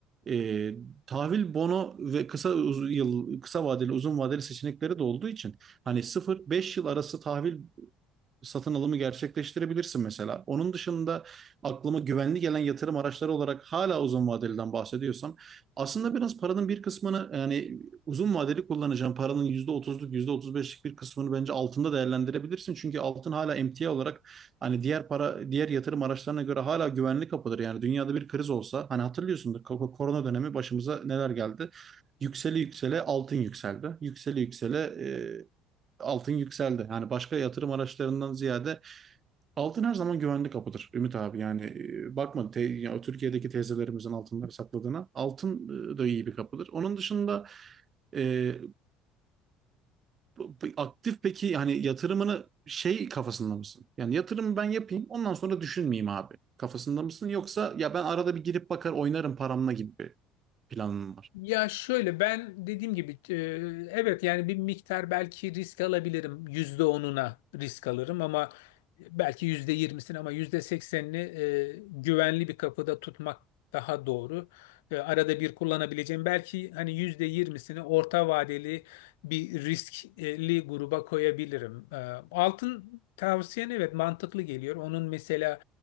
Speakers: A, on the right; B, on the left.
A: Ee, tahvil bono ve kısa uz- yıl kısa vadeli uzun vadeli seçenekleri de olduğu için hani sıfır beş yıl arası tahvil satın alımı gerçekleştirebilirsin mesela. Onun dışında aklıma güvenli gelen yatırım araçları olarak hala uzun vadeliden bahsediyorsam aslında biraz paranın bir kısmını yani uzun vadeli kullanacağım paranın yüzde otuzluk yüzde otuz beşlik bir kısmını bence altında değerlendirebilirsin. Çünkü altın hala emtia olarak hani diğer para diğer yatırım araçlarına göre hala güvenli kapıdır. Yani dünyada bir kriz olsa hani hatırlıyorsundur korona dönemi başımıza neler geldi. Yükseli yüksele altın yükseldi. Yükseli yüksele e, altın yükseldi. Yani başka yatırım araçlarından ziyade altın her zaman güvenli kapıdır Ümit abi. Yani e, bakma te, ya Türkiye'deki teyzelerimizin altınları sakladığına altın e, da iyi bir kapıdır. Onun dışında e, bu- bu- aktif peki hani yatırımını şey kafasında mısın? Yani yatırımı ben yapayım ondan sonra düşünmeyeyim abi. Kafasında mısın? Yoksa ya ben arada bir girip bakar oynarım paramla gibi bir planın mı var?
B: Ya şöyle ben dediğim gibi e, evet yani bir miktar belki risk alabilirim. Yüzde onuna risk alırım ama belki yüzde yirmisini ama yüzde seksenini e, güvenli bir kapıda tutmak daha doğru. E, arada bir kullanabileceğim belki hani yüzde yirmisini orta vadeli bir riskli gruba koyabilirim. E, altın tavsiyen evet mantıklı geliyor. Onun mesela